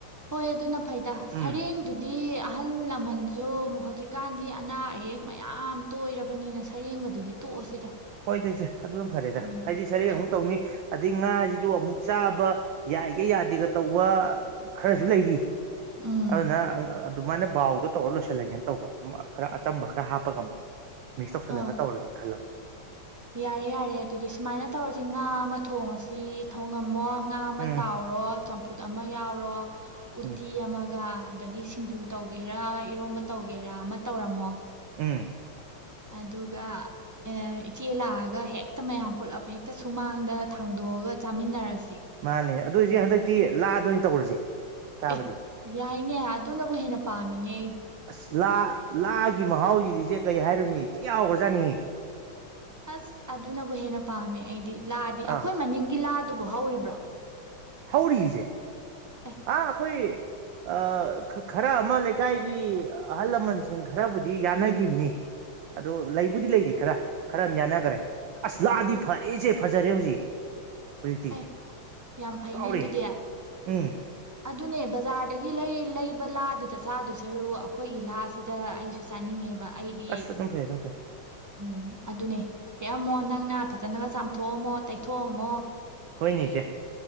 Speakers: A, on the right (about 20°); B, on the right (about 70°).
A: ꯍꯣꯏ ꯑꯗꯨꯅ ꯐꯩꯗ
B: ꯎꯝ
A: ꯁꯔꯦꯡꯗꯨꯗꯤ ꯑꯍꯜ ꯂꯃꯟꯁꯨ ꯍꯧꯖꯤꯛꯀꯥꯟꯗꯤ ꯑꯅꯥ ꯑꯌꯦꯛ ꯃꯌꯥꯝ ꯇꯣꯏꯔꯕꯅꯤꯅ ꯁꯔꯦꯡꯕꯗꯨꯗꯤ ꯇꯣꯛꯑꯁꯤꯗ
B: ꯍꯣꯏ ꯇꯁꯦ ꯑꯗꯨꯅ ꯐꯔꯦꯗ
A: ꯎꯝ
B: ꯍꯥꯏꯗꯤ ꯁꯔꯦꯡ
A: ꯊꯥ
B: ꯑꯃꯨꯛ ꯇꯧꯅꯤ ꯑꯗꯩ ꯉꯥꯁꯤꯁꯨ ꯑꯃꯨꯛ ꯆꯥꯕ ꯌꯥꯏꯒ ꯌꯥꯗꯦꯒ ꯇꯧꯕ ꯈꯔꯁꯨ ꯂꯩꯔꯤ
A: ꯎꯝ
B: ꯑꯗꯨꯅ ꯑꯗꯨꯃꯥꯏꯅ ꯕꯥꯎꯗ ꯇꯧꯔ ꯂꯣꯏꯁꯤꯜꯂꯒꯦꯅ ꯇꯧꯕ ꯑꯗꯨꯝ ꯈꯔ ꯑꯆꯝꯕ ꯈꯔ ꯍꯥꯞꯄꯒ ꯃꯤꯛꯁ ꯇꯧꯁꯜꯂꯒ
A: ꯑꯥ
B: ꯇꯧꯔꯒꯦ ꯈꯜꯂꯕ
A: ꯌꯥꯔꯦ ꯌꯥꯔꯦ ꯑꯗꯨꯗꯤ ꯁꯨꯃꯥꯏꯅ ꯇꯧꯔꯁꯤ ꯉꯥ ꯑꯃ ꯊꯣꯡꯉꯁꯤ ꯊꯣꯡꯉꯝꯃꯣ ꯉꯥ ꯑꯃ
B: ꯎꯝ
A: ꯇꯥꯎꯔꯣ ꯆꯝꯐꯨꯠ ꯑꯃ ꯌꯥꯎꯔꯣ ꯎꯇꯤ
B: ꯎꯝ
A: ꯑꯃꯛ ꯒ ꯑꯗꯒꯤ ꯁꯤꯡꯖꯨ ꯇꯧꯒꯦꯔꯥ ꯏꯔꯣꯝꯕ ꯇꯧꯒꯦꯔꯥ ꯑꯃ ꯇꯧꯔꯝꯃꯣ
B: ꯎꯝ
A: ꯑꯗꯨꯒ ꯏꯆꯦ ꯂꯥꯛꯑꯒ ꯍꯦꯛꯇ ꯃꯌꯥꯝ ꯄꯨꯂꯞ ꯍꯦꯛꯇ ꯁꯨꯃꯥꯡꯗ ꯊꯥꯡꯗꯣꯛꯑꯒ ꯆꯥꯃꯤꯟꯅꯔꯁꯤ
B: ꯃꯥꯅꯦ ꯑꯗꯨꯏꯁꯦ ꯍꯟꯗꯛꯇꯤ ꯂꯥꯗ ꯑꯣꯏꯅ ꯇꯧꯔꯁꯦ ꯆꯥꯕꯗꯤ
A: ꯑꯦ ꯌꯥꯏꯅꯦ ꯑꯗꯨꯅꯕꯨ ꯍꯦꯟꯅ ꯄꯥꯃꯤꯅꯦ
B: ꯎꯏ ꯂꯥ ꯂꯥ ꯒꯤ ꯃꯍꯥꯎꯁꯤꯗꯤ ꯏꯆꯦ ꯀꯩ ꯍꯥꯏꯔꯨꯅꯤ ꯊꯤ ꯌꯥꯎꯈ꯭ꯔꯖꯥꯅꯤ
A: ꯑꯁ ꯑꯗꯨꯅꯕꯨ ꯍꯦꯟꯅ ꯄꯥꯝꯃꯦ ꯑꯩꯗꯤ ꯂꯥꯗꯤ ꯑꯩꯈꯣꯏ
B: ꯑꯥ
A: ꯃꯅꯤꯡꯒꯤ ꯂꯥ ꯑꯗꯨꯕꯨ ꯍꯧꯔꯤꯕ꯭ꯔꯣ
B: ꯍꯧꯥꯔꯤ ꯏꯆꯦ
A: ꯑꯦ
B: ꯑ ꯑꯩꯈꯣꯏ ꯑ ꯈꯔ ꯑꯃ ꯂꯩꯀꯥꯏꯒꯤ ꯑꯍꯜ ꯂꯃꯟꯁꯤꯡ ꯈꯔꯕꯨꯗꯤ ꯌꯥꯅꯈꯤꯕꯅꯤ ꯑꯗꯣ ꯂꯩꯕꯨꯗꯤ ꯂꯩꯔꯤ ꯈꯔ ꯈꯔ ꯑꯃ ꯌꯥꯅꯈꯔꯦ ꯑꯁ ꯂꯥꯗꯤ ꯐꯔꯦꯁꯦ ꯐꯖꯔꯦ ꯍꯧꯖꯤꯛ ꯍꯧꯖꯤꯛꯇꯤ
A: ꯑꯦ ꯌꯥꯝ ꯐꯩꯅꯦ
B: ꯆꯥꯎꯔꯦ
A: ꯑꯗꯨꯗꯤ
B: ꯎꯝ
A: ꯑꯗꯨꯅꯦ ꯕꯖꯥꯔꯗꯒꯤ ꯂꯩꯕ ꯂꯥꯗꯨꯗ ꯆꯥꯗꯣꯏ ꯁꯔꯨ ꯑꯩꯈꯣꯏꯒꯤ ꯂꯥꯁꯤꯗ ꯑꯩꯁꯨ ꯆꯥꯅꯤꯡꯉꯦꯕ ꯑꯩꯒꯤ
B: ꯑꯁ ꯑꯗꯨꯝ ꯐꯩ ꯑꯗꯨꯝ ꯐꯩ
A: ꯎꯝ ꯑꯗꯨꯅꯦ ꯍꯦꯛꯑꯝꯃꯣ ꯅꯪꯅ ꯐꯖꯅꯒ ꯆꯥꯝꯊꯣꯛꯑꯝꯃꯣ ꯇꯩꯊꯣꯛꯑꯝꯃꯣ
B: ꯍꯣꯏꯅꯤꯁꯦ